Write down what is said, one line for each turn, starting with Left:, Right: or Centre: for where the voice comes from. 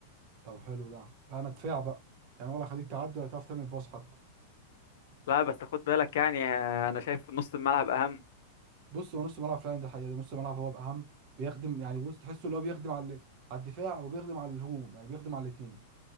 Right: طب حلو ده لا انا دفاع بقى يعني ولا خليك تعدي ولا تعرف تعمل باص حتى
Left: لا بس خد بالك يعني آه، انا شايف نص الملعب اهم
Right: بص هو نص ملعب فعلا ده حقيقة ده نص ملعب هو بأهم بيخدم يعني بص تحسه اللي هو بيخدم على ال- على الدفاع وبيخدم على الهجوم يعني بيخدم على الاثنين